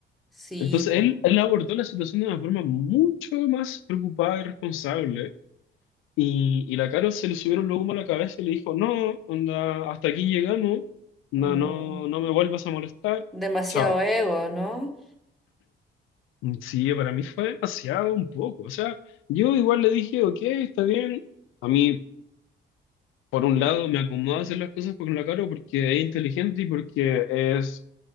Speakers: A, in the centre; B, on the left.
A: sí,
B: Entonces
A: po.
B: él, él abordó la situación de una forma mucho más preocupada y responsable. Y, y la Caro se le subieron los humos a la cabeza y le dijo, no, onda, hasta aquí llegamos, no,
A: Mm,
B: no, no me vuelvas a molestar,
A: Demasiado
B: chao.
A: ego, ¿no?
B: Sí, para mí fue demasiado un poco. O sea, yo igual le dije, ok, está bien. A mí por un lado me acomoda hacer las cosas con la Caro porque es inteligente y porque es,